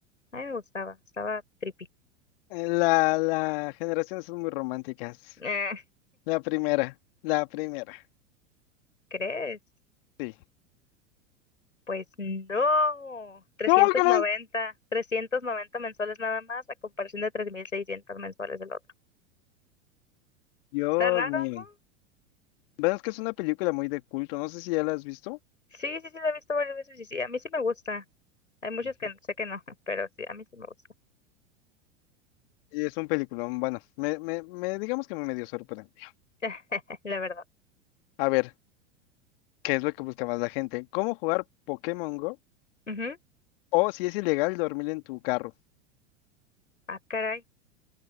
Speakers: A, on the left (about 85°); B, on the left (about 50°).
A: A mí me gustaba, estaba trippy.
B: La, la generaciones son muy románticas.
A: Eh,
B: La primera, la primera.
A: <laughs> ¿crees?
B: Sí.
A: Pues no, Trescientos
B: ¿Cómo crees?
A: noventa, trescientos noventa mensuales nada más a comparación de 3.600 mensuales del otro.
B: Dios
A: Está raro,
B: mío.
A: ¿no?
B: Bueno, es que es una película muy de culto. No sé si ya la has visto.
A: Sí, sí, sí, la he visto varias veces y sí, a mí sí me gusta. Hay muchos
B: Sí.
A: que sé que no, <laughs> pero sí, a mí sí me gusta.
B: Y es un peliculón. Bueno, me, me, me- digamos que me medio sorprendió.
A: <laughs> La verdad.
B: A ver, ¿qué es lo que busca más la gente? ¿Cómo jugar Pokémon Go?
A: Ujú.
B: O si es ilegal dormir en tu carro.
A: Ah, caray.